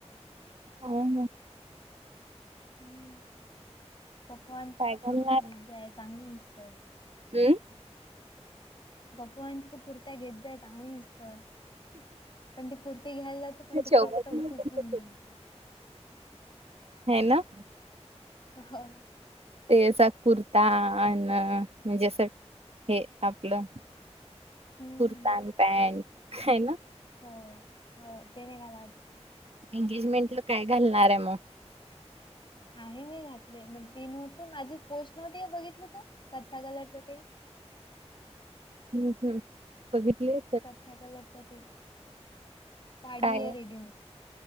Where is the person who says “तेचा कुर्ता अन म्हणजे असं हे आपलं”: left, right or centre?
Right